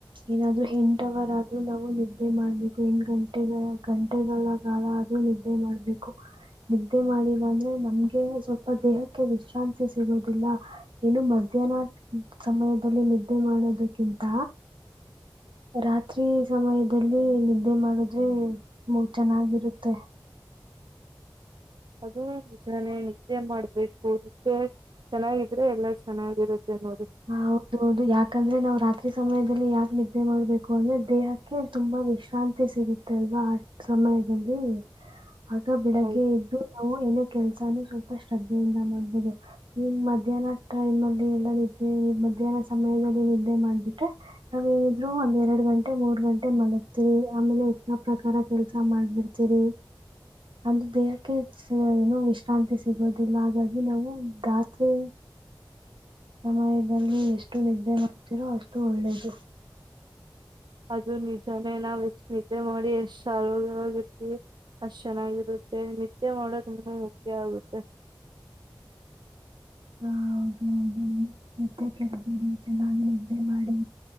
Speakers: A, on the right (about 80°); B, on the right (about 65°).
A: ಏನಾದ್ರು ಎಂಟವರ್ ಆದ್ರೂ ನಾವು ನಿದ್ದೆ ಮಾಡ್ಬೇಕು ಎಂಟ ಗಂಟೆ ಗಂಟೆಗಳ ಕಾಲ ಆದ್ರೂ ನಿದ್ದೆ ಮಾಡ್ಬೇಕು ನಿದ್ದೆ ಮಾಡಿ. ಇಲ್ಲಂದ್ರೆ ನಮ್ಗೆ ಸ್ವಲ್ಪ ದೇಹಕ್ಕೆ ವಿಶ್ರಾಂತಿ ಸಿಗೋದಿಲ್ಲ ಏನು ಮಧ್ಯಾಹ್ನ ಸಮಯದಲ್ಲಿ ನಿದ್ದೆ ಮಾಡೋದಕ್ಕಿಂತ ರಾತ್ರಿ ಸಮಯದಲ್ಲಿ ನಿದ್ದೆ ಮಾಡುದ್ರೆ ಮೂಡ್ ಚೆನ್ನಾಗಿರುತ್ತೆ.
B: ಅದು ನಿಜಾನೇ ನಿದ್ದೆ ಮಾಡ್ಬೇಕು ನಿದ್ದೆ ಚೆನ್ನಾಗಿದ್ರೆ ಎಲ್ಲಾ ಚೆನ್ನಾಗಿರುತ್ತೆ. ನೋಡಿ
A: ಹ ಹೌದೌದು ಯಾಕಂದ್ರೆ ನಾವ್ ರಾತ್ರಿ ಸಮಯ. ಲ್ಲಿ ಯಾಕ್ ನಿದ್ದೆ ಮಾಡ್ಬೇಕು ಅಂದ್ರೆ. ದೇಹಕ್ಕೆ ತುಂಬಾ ಇಷ್ಟ ಶಾಂತಿ ಸಿಗುತ್ತಲ್ವಾ ಆ ಸಮಯದಲ್ಲಿ. ಆಗ ಬೆಳಿಗ್ಗೆ
B: ಹೌದು
A: ಎದ್ದು ನಾವು ಎನೆ. ಕೆಲ್ಸಾನ ಸ್ವಲ್ಪ ಶ್ರದ್ಧೆಯಿಂದ ಮಾಡ್ಬಹುದು ಈಗ ಮಧ್ಯಾಹ್ನ ಟೈಮ್ ಅಲ್ಲಿ ಎಲ್ಲ. ಮ ಮಧ್ಯಾಹ್ನ ಸಮಯದಲ್ಲಿ ನಿದ್ದೆ ಮಾಡ್ಬಿಟ್ರೆ ನಾವ ಇದ್ರು ಒಂದ್ ಎರಡ್ ಗಂಟೆ ಮೂರ್ ಗಂಟೆ ಮಲಗ್ತಿರಿ ಆಮೇಲೆ ಹೆಚ್ಚ ಪ್ರಕಾರ ಕೆಲ್ಸ ಮಾಡ್ಬಿಡ್ತೀರಿ ಅಂದ್ರೆ ದೇಹಕ್ಕೆ ಏನ ವಿಶ್ರಾಂತಿ ಸಿಗೋದಿಲ್ಲ ಹಾಗಾಗಿ ನಾವು ರಾತ್ರಿ. ಸಮಯ. ಎಷ್ಟು ನಿದ್ದೆ. ರೋ ಅಷ್ಟು ಒಳ್ಳೇದು.
B: ಅದು ನಿಜಾನೇ ನಾವ್ ಎಷ್ಟ ನಿದ್ದೆ ಮಾಡಿ ಎಷ್ಟ್ ಆರೋಗ್ಯವಾಗಿರ್ತಿವಿ ಅಷ್ಟ ಚೆನ್ನಾಗಿರುತ್ತೆ ನಿದ್ದೆ ಮಾಡ ತುಂಬಾ ಮುಖ್ಯ ಆಗುತ್ತೆ.
A: ಹ ಹೌದು ಹೌದು ನೀವು ನಿದ್ದೆ ಕೇಳಬೇಡಿ ಚೆನ್ನಾಗಿ ನಿದ್ದೆ ಮಾಡಿ.